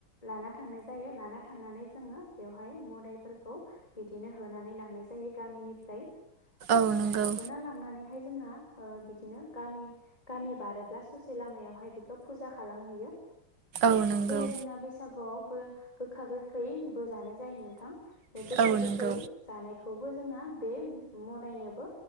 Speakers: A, on the left; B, on the right.
A: लाना थांनाय जा जायो लाना थांनानै जोङो बेवहाय मदाइफोरखौ बिदिनो होनानै लांनाय जायो गामिनिफ्राय ओ
B: औ नंगौ
A: होना लांनानैहाय जोंना ओ बिदिनो गामि गामि बारोब्ला ससे लामायावहाय बिखौ फुजा खालामहैयो
B: औ नंगौ
A: जेरै जोंना बैसागुआव गो गोखा गोखै बो जानाय जायो नोंथां बे गोखा
B: औ नंगौ
A: गोखै जानायखौबो जोंना बे मदायनोबो